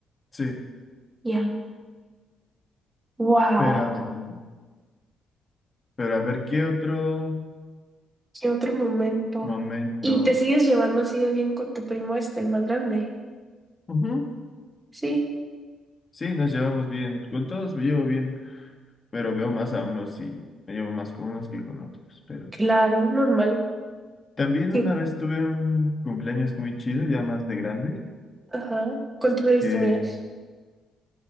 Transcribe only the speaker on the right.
Ya, wow,
qué otro momento.
¿Y te sigues llevando así de bien con tu primo este, el más grande?
Sí,
claro, normal.
Sí,
Ajá. ¿Cuántos años
tenías?